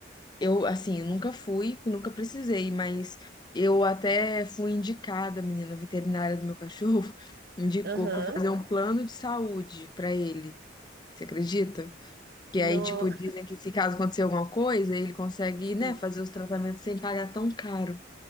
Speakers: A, on the left; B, on the right.
A: Eu, assim, eu nunca fui, nunca precisei, mas eu até fui indicada, menina, a veterinária do meu cachorro <laughs> indicou
B: Aham,
A: pra eu fazer um plano de saúde pra ele. Você acredita? Que
B: No...
A: aí, tipo, dizem que se caso acontecer alguma coisa, ele consegue,
B: Sim,
A: né, fazer os tratamentos sem pagar tão caro.